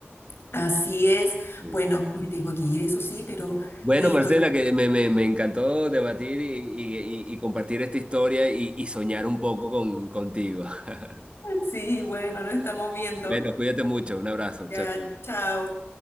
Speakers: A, on the left; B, on the right.
A: Así es.
B: Sí.
A: Bueno, me tengo que ir, eso sí, pero
B: Bueno,
A: listo.
B: Marcela,
A: <laughs>
B: que me, me, me encantó debatir y, y- y- y compartir esta historia y, y soñar un poco con, contigo. <laughs>
A: Sí, bueno, nos estamos viendo.
B: Bueno, cuídate mucho, un abrazo,
A: Ya,
B: chao. chao.
A: chao.